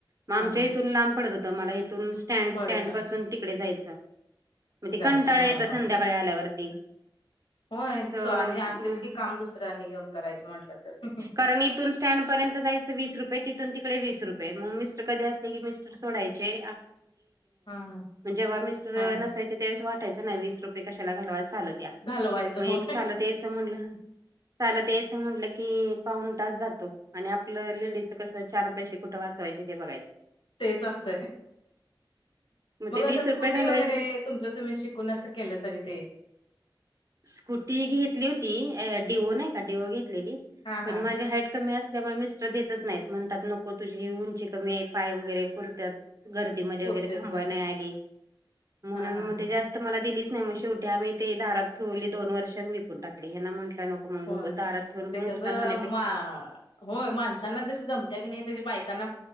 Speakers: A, on the right; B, on the left.
A: मग
B: हा
A: आमच्या
B: हा
A: इथून लांब पडत होतं मला इथून. स्टँड
B: पडत
A: स्टँड
B: असं
A: पासून तिकडे जायचं. मग ते
B: जायचं
A: कंटाळा
B: होय
A: यायचा
B: होय
A: संध्याकाळी आल्यावरती.
B: होय
A: तर
B: आणि असतेच की काम दुसऱ्यानी येेऊन करायचं म्हंटलं तर.
A: कारण इथून स्टँड पर्यंत जायचं वीस रुये तिथून तिकडे वीस रुपे मग मिस् कध अस. मिस्टर सोडायचे.
B: हा हा
A: जेव्हा मि
B: हा हा
A: नसायवळे वाटयचं नाही वीस रुपये कशाला घलवा चालत.
B: घालवायचं
A: मग एक
B: हो
A: चालत यायचं म्हणलं चालत यायचं म्हटलं की पाऊन तास जातो. आणि आपलं लेडीच कसं चार पैसे कुठं वाचवायचे ते बघायचं
B: तेच असतंय मग
A: ते वीस
B: असं
A: रुपये
B: स्कूटी
A: घालवायच्या
B: वगैरे
A: पेक्षा
B: तुमच तुम्ही शिकून असं केलं तरी ते.
A: स्कूटी घेतली होती अ डीओ नाही का डीओ घेतलेली.
B: हा
A: पण
B: हा
A: माझी हाईट कमी असल्यामुळे मिस्टर देतच नाहीत म्हणतात नको तुझी उंची कमी आहे. पाय वगैरे पुरत्यात गर्दीमध्ये
B: पुरतेत
A: वगैरे थांबवाय
B: ना
A: नाही आली म्हणून
B: हा हा
A: मग
B: हा
A: ते जास्त मला दिलीच नाही मग शेवटी आम्ही ते दारात खोली दोन वर्षांन विकून टाकली हे ना म्हटलं नको. मग
B: हो
A: उगाच दारात ठेवून
B: ते कसं
A: नुकसान होण्यापेक्षा
B: मा हो माणसांना तशी जमत्या की नाही त्याशी बायकांना